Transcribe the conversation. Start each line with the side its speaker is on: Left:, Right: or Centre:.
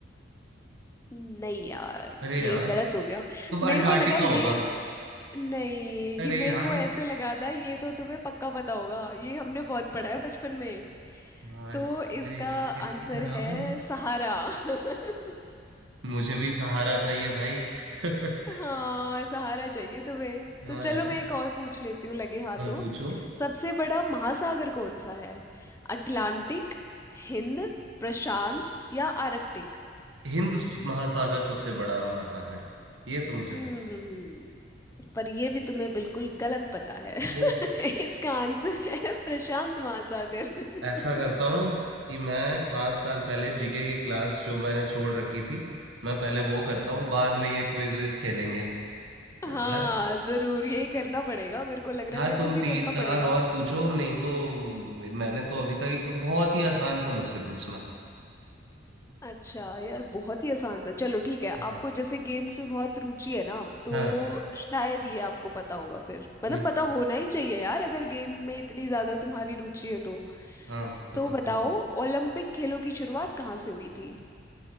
Left: नहीं यार
Right: अरे
Left: ये
Right: यार
Left: गलत हो गया
Right: तो अंटार्कटिका
Left: मेरे को लगा ये
Right: होगा
Left: नहीं
Right: अरे
Left: ये मेरे
Right: यार
Left: को ऐसे लगा था ये तो तुम्हें पक्का पता होगा ये हमने बहुत पढ़ा है बचपन में
Right: यार
Left: तो इसका
Right: मेरी जिप इतनी
Left: आंसर
Right: खराब
Left: है
Right: है
Left: सहारा <laughs>
Right: मुझे भी सहारा चाहिए भाई <laughs> हाँ
Left: हाँ सहारा चाहिए तुम्हें
Right: यार
Left: तो चलो मैं एक और पूछ लेती हूँ लगे हाथों
Right: हाँ पूछो
Left: सबसे बड़ा महासागर कौन सा है अटलांटिक हिंद प्रशांत या आर्कटिक
Right: हिंद महासागर सबसे बड़ा महासागर है ये तो मुझे
Left: हम्म
Right: पता
Left: पर ये भी तुम्हें बिल्कुल गलत पता है <laughs>
Right: है
Left: इसका आंसर है प्रशांत महासागर <laughs>
Right: ऐसा करता हूँ कि मैं पाँच साल पहले जीके की क्लास जो मैंने छोड़ रखी थी मैं पहले वो करता हूँ बाद में ये क्विज विज खेलेंगे यार
Left: हाँ जरूर यही करना पड़ेगा मेरे को लग रहा
Right: यार
Left: है मेरे
Right: तुम
Left: को भी
Right: तीन
Left: करना
Right: चार
Left: पड़ेगा
Right: और पूछो नहीं तो मैंने तो अभी तक एक बहुत ही आसान सा मुझसे पूछना
Left: अच्छा यार बहुत ही आसान सा चलो ठीक है आपको
Right: हाँ
Left: जैसे गेम्स में बहुत रुचि है ना तो
Right: हाँ
Left: शायद ये आपको पता होगा फिर मतलब
Right: हम्म
Left: पता होना ही चाहिए यार अगर गेम में इतनी ज्यादा तुम्हारी रुचि है तो
Right: हाँ बताओ
Left: तो बताओ
Right: पूछो
Left: ओलंपिक खेलों की शुरुआत कहाँ से हुई थी